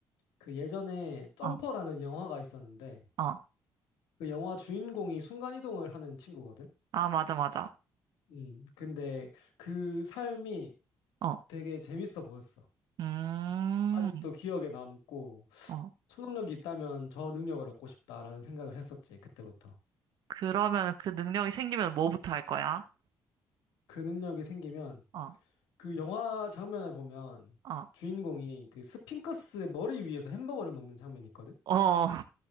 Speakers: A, on the left (about 75°); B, on the right (about 60°).
A: 그 예전에 점퍼라는
B: 어,
A: 영화가 있었는데,
B: 어.
A: 그 영화 주인공이 순간이동을 하는 친구거든?
B: 아, 맞아, 맞아.
A: 음, 근데 그 삶이
B: 어.
A: 되게 재밌어 보였어.
B: 음.
A: 아직도 기억에 남고,
B: 어.
A: 초능력이 있다면 저 능력을 얻고 싶다라는 생각을 했었지, 그때부터.
B: 그러면 그 능력이 생기면 뭐부터 할 거야?
A: 그 능력이 생기면
B: 어,
A: 그 영화 장면을 보면
B: 어.
A: 주인공이 그 스핑커스 머리 위에서 햄버거를 먹는 장면이 있거든?
B: 어. <laughs>